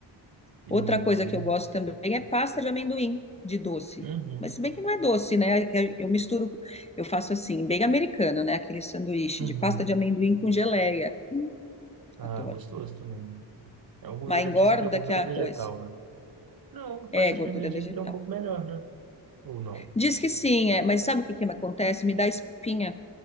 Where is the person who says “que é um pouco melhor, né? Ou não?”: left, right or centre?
Right